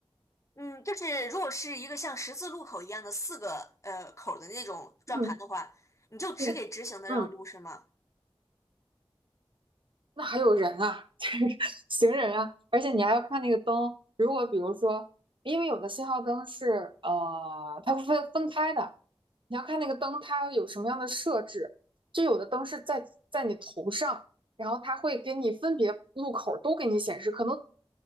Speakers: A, on the left; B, on the right.
A: 嗯，就是如果是一个像十字路口一样的四个呃口儿的那种转盘的话，
B: 嗯，
A: 你就只给直行的让路是吗？
B: 对嗯，那还有人啊，<laughs> 就是行人啊，而且你还要看那个灯。如果比如说，因为有的信号灯是呃，它会分分开的，你要看那个灯它有什么样的设置。就有的灯是在在你头上，然后它会给你分别路口都给你显示，可能